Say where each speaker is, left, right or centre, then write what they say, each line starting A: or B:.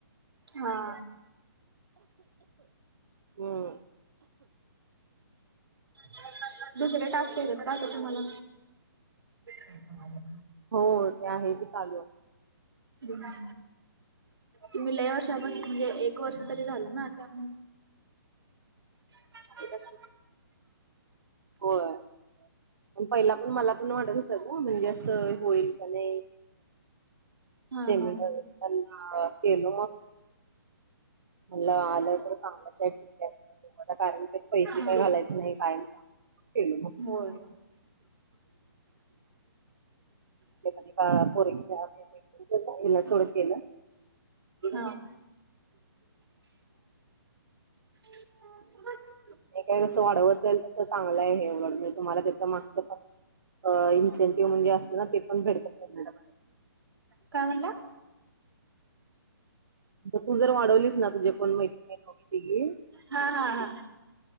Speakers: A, on the right; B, on the right.
A: हा?
B: हम्म.
A: म्हणजे दुसरे टास्क केले का, आता तुम्हाला हम
B: हो, ते आहे कि चालू
A: ह, तुम्हीं लय वर्षापासुन म्हणजे, एक वर्ष तरी झालं ना आता त्यामुळ ठीक <inaudible>
B: व्यय? पण पहिला पण मला पण वाटत होत सगळ, म्हणजे असं होईल का नाही
A: हा
B: पेमेंट,
A: हा.
B: वेगैरे त्यां केल मग आलं तर चांगल, त्या ठिकानी कारण ते पैसे
A: हा.
B: काय घालायच नाही. कारण का के
A: होय,
B: ते पण एका पोरीच्या हिला सोड केलं
A: हा. <inaudible>
B: हे काय कस वाढवत नाही. तसं चांगलंय हे उलट तुम्हाला त्याच्या मागच पण इन्सेंटिव्ह म्हणजे असत ना. ते पण भेटत मॅडम.
A: काय म्हटला,
B: तू जर वाढवलीस ना, तुझे कोण मैत्रीणी दोघी तिघी
A: हा हा हा.